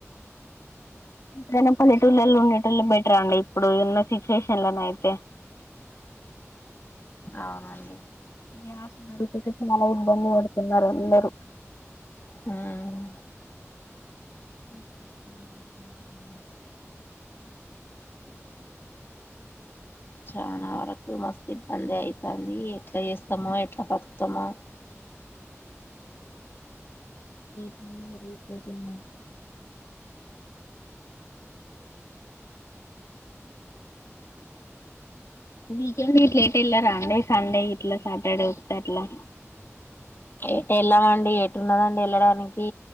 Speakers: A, on the left; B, on the left.
A: ఎంతైనా పల్లెటూర్లలో ఉండేటోళ్ళే బెటర్ అండి. ఇప్పుడున్న సిచ్ టెషన్లన్నాయితే
B: అవునండి
A: గ్యాస్ <unintelligible> నోటిఫికేషన్ చాలా ఇబ్బంది పడుతున్నారు. అందరూ
B: హ్మ్
A: హ్మ్ హ్మ్ హు <inaudible>
B: చాలా వరకు మస్తు ఇబ్బంది అయితంది. ఎట్లా చేస్తామో, ఎట్లా బతుకుతామో
A: మల్లిరేట్ <inaudible> వీకెండ్ గిట్ల ఎట్ ఎల్లారండి. సండే గిట్లా సాటర్డే వతేట్లా
B: ఏటేళ్ళామండి. ఏటు ఉన్నదండి వెళ్ళడానికి